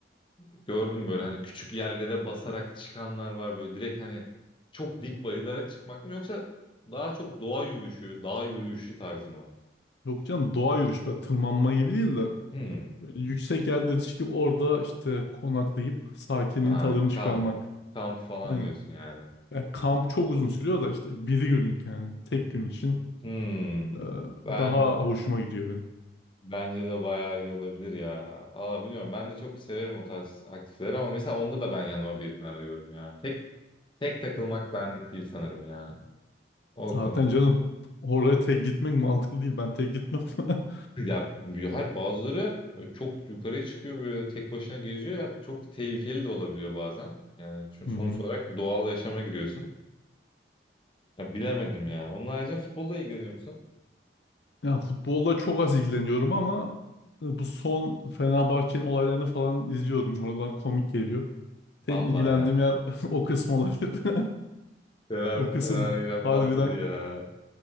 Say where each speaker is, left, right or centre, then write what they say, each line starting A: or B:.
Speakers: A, on the left (about 25°); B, on the left (about 70°).
A: Gördüm böyle hani küçük yerlere basarak çıkanlar var böyle direkt hani çok dik bayırlara çıkmak mı yoksa daha çok doğa yürüyüşü, dağ yürüyüşü tarzı mı?
B: <laughs> Yok canım doğa yürüyüş. Böyle tırmanma gibi değil de.
A: Hmm.
B: Yüksek yerlere çıkıp orada işte konaklayıp sakinin
A: Ha,
B: tadını
A: kamp,
B: çıkarmak.
A: kamp falan
B: Aynen.
A: diyorsun yani.
B: Ya kamp çok uzun sürüyor da işte bir günlük yani. Tek gün için
A: Hmm.
B: e,
A: Ben
B: daha hoşuma gidiyor benim.
A: bence de bayağı iyi olabilir ya. Valla bilmiyorum ben de çok severim o tarz aktiviteleri ama mesela onda da ben yanıma birini arıyorum ya. Tek tek takılmak benlik değil sanırım ya. O
B: Zaten
A: konu.
B: canım oraya tek gitmek mantıklı değil. Ben tek gitmem. <laughs>
A: <laughs> Ya hayır bazıları böyle çok yukarıya çıkıyor böyle tek başına geziyor ya çok da tehlikeli de olabiliyor bazen. Yani çünkü
B: Hı
A: sonuç
B: hı.
A: olarak doğal yaşama giriyorsun. Ya bilemedim ya. Onun haricinde futbolla ilgileniyor musun?
B: Ya futbolla çok az ilgileniyorum ama e, bu son Fenerbahçe'nin olaylarını falan izliyorum. Oralar komik geliyor. Tek
A: Vallahi
B: ilgilendiğim
A: ya.
B: yer <laughs> o kısım olabilir. <laughs>
A: Fener,
B: O kısım
A: Fener yine patladı
B: harbiden
A: ya.